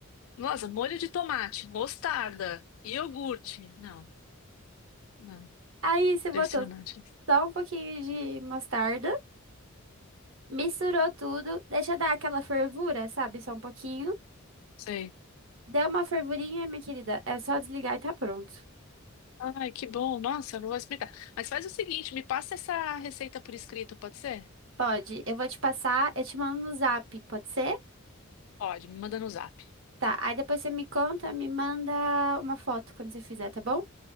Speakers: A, on the left (about 75°); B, on the right (about 65°).
A: Nossa, molho de tomate, mostarda, iogurte. Não, não,
B: Aí você
A: impressionante.
B: botou só um pouquinho de mostarda, misturou tudo, deixa dar aquela fervura, sabe? Só um pouquinho.
A: Sei.
B: Deu uma fervurinha, minha querida. É só desligar e tá pronto.
A: Ai, que bom. Nossa, eu vou explicar. Mas faz o seguinte, me passa essa receita por escrito, pode ser?
B: Pode, eu vou te passar, eu te mando no zap, pode ser?
A: Pode, me manda no zap.
B: Tá, aí depois você me conta, me manda uma foto quando você fizer, tá bom?